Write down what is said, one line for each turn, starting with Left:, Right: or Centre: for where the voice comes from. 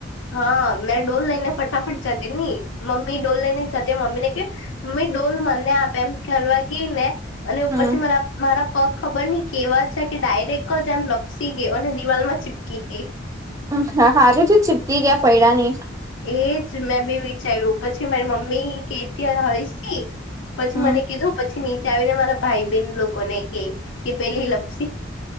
Left: હા મેં ડોલ લઈને ફટાફટ જતી હતી મમ્મી ડોલ લઈને જતી મમ્મી ને કે મમ્મી ડોલ મને આપે એમ કરવારવા ગઈ ને અને ઉપર
Right: હમ
Left: થી મને મારા પગ ખબર નઈ કેવા છે કે ડાયરેક્ટ જ આમ લપસી ગયો અને દિવાલ માં ચીપકી ગઈ.
Right: હા હા હારુ છે ચીપકી ગયા પૈડા નહિ.
Left: એજ મેં બે વિચાર્યું પછી મારી મમ્મી કેતી હોયશી પછી
Right: હમ
Left: મને કીધું પછી નીચે આવીને મારા ભાઈ બહેન લોકોને કે કે પેલી લપ